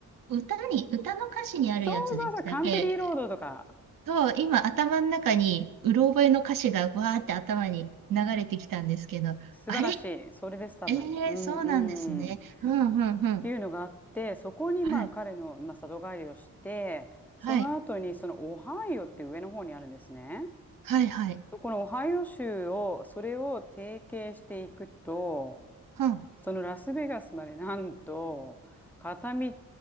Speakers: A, on the right (about 60°); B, in the centre.
A: 歌に、歌の歌詞にあるやつでしたっけ
B: そうそうそう、カントリーロードとか。
A: と、今頭の中に、うろ覚えの歌詞がわーって頭に流れてきたんですけど、
B: 素晴らしい。
A: あれ
B: それです、多分。
A: ええー、
B: うん、
A: そうなんですね。
B: うん。っ
A: うんうんうん。
B: ていうのがあって、そこにまあ彼の、
A: はい。
B: まあ、里帰りをして、その後にそのオハイオって上の方にあるんですね。
A: はい。はいはい。
B: このオハイオ州を、それを提携していくと、
A: うん。
B: そのラスベガスまでなんと、片道